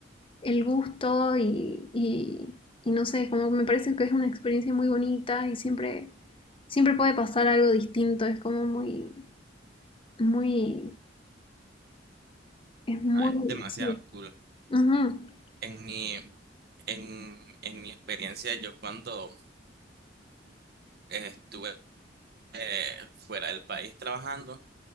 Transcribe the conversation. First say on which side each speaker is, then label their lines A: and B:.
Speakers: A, on the left (about 30°); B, on the right (about 60°).
A: el gusto y, y, y, no sé, como me parece que es una experiencia muy bonita y siempre, siempre puede pasar algo distinto, es como muy, muy, es muy,
B: Ah, es demasiado
A: sí.
B: cool.
A: Ujú,
B: En mi, en, en mi experiencia, yo cuando eh, estuve eh, fuera del país trabajando,